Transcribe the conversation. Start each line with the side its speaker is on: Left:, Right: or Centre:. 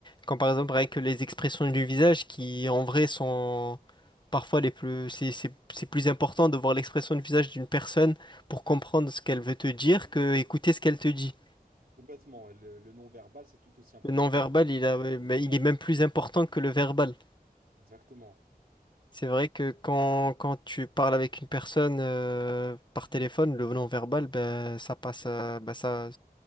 Left: quand par exemple avec les expressions du visage qui en vrai sont parfois les plus... C'est c'est- c'est plus important de voir l'expression du visage d'une personne pour comprendre ce qu'elle veut te dire que écouter ce qu'elle te dit.
Right: complètement. Et Le, le non-verbal, c'est tout aussi important
Left: Le non-verbal,
Right: dans une relation
Left: il a, mais
Right: verbale.
Left: il est même plus important que le verbal.
Right: Exactement.
Left: C'est vrai que quand, quand tu parles avec une personne euh, par téléphone, le non-verbal, ben, ça passe, à- ben, ça,